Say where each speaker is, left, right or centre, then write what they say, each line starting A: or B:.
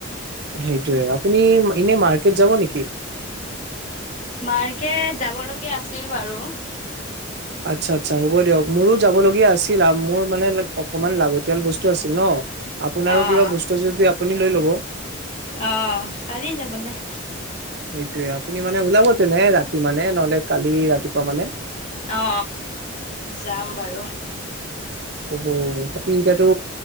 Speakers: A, on the right; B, on the left.
A: সেইটোৱে আপুনি এনে মাৰ্কেট যাব নেকি
B: মাৰ্কেট যাব লগীয়া আছিল বাৰু।
A: আচ্ছা আচ্ছা হ'ব দিয়ক মোৰো যাব লগীয়া আছিল, মোৰ মানে অকনমান লাগতিয়াল বস্তু আছিল ন। আপোনাৰো
B: অ',
A: কিবা বস্তু যদি আপুনি লৈ ল'ব
B: অ পাৰি যাবলে
A: সেইটোয়ে আপুনি মানে ওলাব তেনে ৰাতি মানে নহলে কালি ৰাতিপুৱা মানে
B: অ যাম বাৰু।
A: অ বাকী এতিয়াতটো